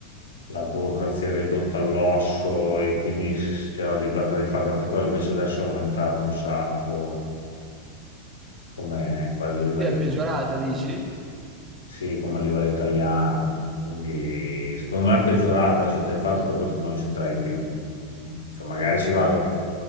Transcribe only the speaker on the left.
la burocrazia ridotta all'osso e quindi s- c'era libertà di fare tante cose, invece adesso è aumentato un sacco come quasi a livelli
sì, come a livello italiano. Quindi secondo me è peggiorata la città, infatti per questo che non ci andrai più. Mm, Cioè, magari ci vado,